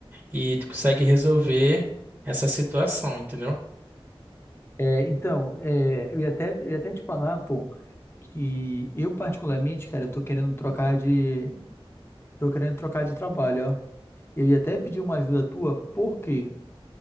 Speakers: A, on the right (about 15°); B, on the left (about 25°).
A: e tu consegue resolver essa situação, entendeu?
B: É, então, é, eu ia até, eu ia até te falar, pô, que eu particularmente, cara, eu tô querendo trocar de, tô querendo trocar de trabalho, ó. Eu ia até pedir uma ajuda tua, porque